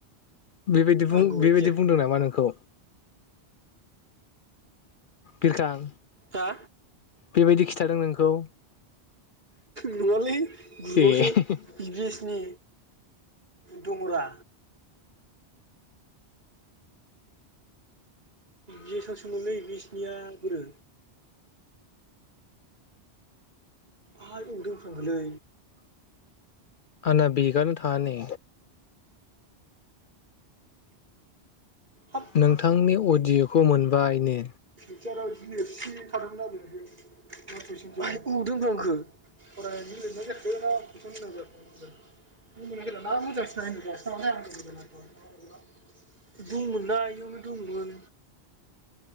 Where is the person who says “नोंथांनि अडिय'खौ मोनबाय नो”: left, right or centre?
Left